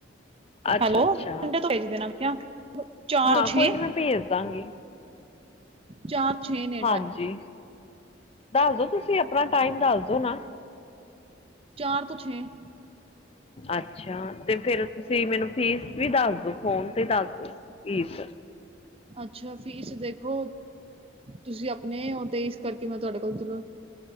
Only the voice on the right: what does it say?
ਹੈਲੋ
ਸਂਡੇ ਤੋਂ ਭੇਜ ਦੇਨਾ ਚਾਰ
ਤੋਂ ਛੇ।
ਚਾਰ ਛੇ। ਨੇ
ਟਾਈਮ
ਚਾਰ ਤੋਂ ਛੇ।
ਅੱਛਾ ਫੀਸ ਦੇਖੋ ਤੁਸੀਂ ਅਪਨੇ ੳਦੇ ਇਸ ਕਰਕੇ ਮੈਂ ਤੁਹਾਡੇ ਕੋਲ ਚਲੋ